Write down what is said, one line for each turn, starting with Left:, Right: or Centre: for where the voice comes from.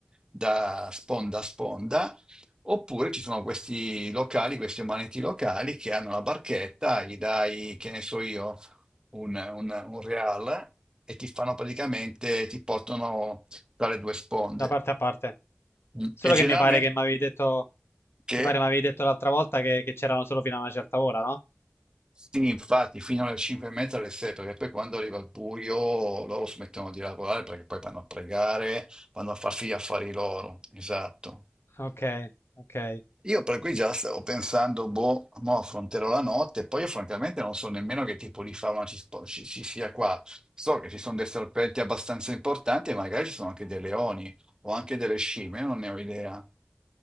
Right: da sponda a sponda, oppure ci sono questi locali, questi umaniti locali che hanno la barchetta, gli dai, che ne so io, un, un, un real e ti fanno praticamente, ti portano tra le due sponde.
Left: da parte a parte.
Right: Mm.
Left: Solo
Right: E generalmente
Left: che mi pare che mi avevi detto,
Right: che?
Left: mi pare mi avevi detto l'altra volta che, che c'erano solo fino a una certa ora, no?
Right: Sì, infatti, fino alle 5 e mezza, alle 6, perché poi quando arriva il buio loro smettono di lavorare perché poi vanno a pregare, vanno a farsi gli affari loro. Esatto.
Left: Ok, ok, eh,
Right: Io per cui già stavo pensando, boh, mo affronterò la notte, poi io francamente non so nemmeno che tipo di fauna ci, spo- ci- ci sia qua. So che ci sono dei serpenti abbastanza importanti e magari ci sono anche dei leoni o anche delle scimmie, non ne ho idea.